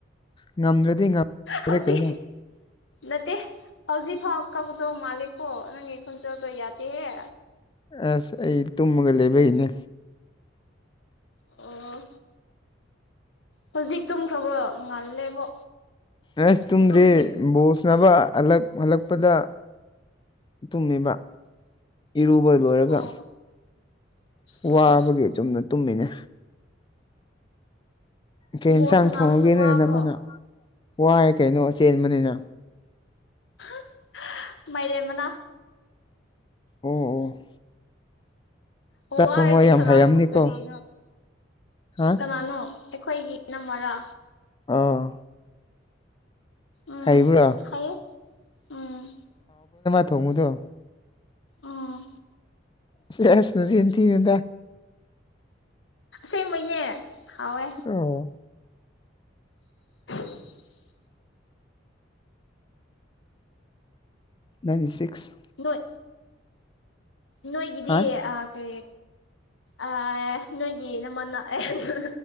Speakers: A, on the left (about 25°); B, on the left (about 70°).
A: ꯉꯝꯗ꯭ꯔꯗꯤ ꯉꯝꯗ꯭ꯔꯦ
B: ꯍꯧꯖꯤꯛ
A: ꯀꯩꯅꯣ
B: ꯅꯠꯇꯦ ꯍꯧꯖꯤꯛꯐꯥꯎ ꯀꯞꯀꯗꯧ ꯃꯥꯜꯂꯦꯀꯣ ꯅꯪꯒꯤ ꯈꯣꯜꯖꯦꯜꯗꯣ ꯌꯥꯗꯦꯍꯦ
A: ꯑꯁ ꯑꯩ ꯇꯨꯝꯃꯒ ꯂꯩꯕꯩꯅꯦ
B: ꯑꯣ ꯍꯧꯖꯤꯛ ꯇꯨꯝꯈ꯭ꯔꯕ꯭ꯔꯣ ꯉꯜꯂꯦꯕꯣ
A: ꯑꯦꯁ ꯇꯧꯝꯗꯔꯤ
B: ꯑꯗꯨꯝ ꯍꯤꯞ
A: ꯕꯣꯜ ꯁꯥꯟꯅꯕ ꯍꯂꯛ ꯍꯜꯂꯛꯄꯗ ꯇꯨꯝꯃꯤꯕ ꯏꯔꯨꯕ ꯂꯣꯏꯔꯒ
B: ꯑꯣ ꯑꯣ
A: ꯋꯥꯕꯒꯤ ꯆꯨꯝꯅ ꯇꯨꯝꯃꯤꯅꯦ ꯀꯩ
B: ꯕꯣꯜ
A: ꯏꯟꯁꯥꯡ
B: ꯁꯥꯟꯅꯕꯁꯨ
A: ꯊꯣꯡꯉꯒꯦ ꯅꯣꯏ
B: ꯋꯥꯕ꯭ꯔꯣ
A: ꯅꯅꯝꯃꯅ ꯋꯥꯏ ꯀꯩꯅꯣ ꯆꯦꯟꯕꯅꯤꯅ
B: ꯑꯥ ꯍꯥꯍꯥ ꯃꯥꯏꯔꯦꯟ ꯃꯅꯥ
A: ꯑꯣ ꯑꯣ
B: ꯑꯣ
A: ꯆꯥꯛ
B: ꯋꯥꯔꯗꯤ
A: ꯊꯣꯡꯕ ꯌꯥꯝ
B: ꯁꯥꯅꯒꯅꯣ
A: ꯍꯩꯔꯝꯅꯤꯀꯣ
B: ꯀꯔꯤꯅꯣ
A: ꯍꯥ
B: ꯀꯥꯅꯥꯅꯣ ꯑꯩꯈꯣꯏꯒꯤ ꯅꯪ ꯃꯔꯥ
A: ꯑꯥ
B: ꯎꯝ
A: ꯍꯩꯕ꯭ꯔꯥ
B: ꯍꯥꯏꯌꯦ ꯎꯝ
A: ꯊꯣꯡꯕꯗꯨ
B: ꯎꯝ
A: ꯁꯦꯁ ꯅꯆꯤꯟ ꯊꯤꯅꯨꯗ
B: ꯑꯁꯦꯡꯕꯩꯅꯦ ꯍꯥꯎꯋꯦ
A: ꯑꯣ
B: <inaudible>
A: ꯅꯪꯒꯤ ꯁꯤꯛꯁ
B: ꯅꯣꯏ ꯅꯣꯏꯒꯤꯗꯤ
A: ꯍꯥ
B: ꯑꯥ ꯀꯔꯤ ꯑꯥ ꯅꯣꯏꯒꯤ ꯅꯃꯅ ꯑꯍꯥ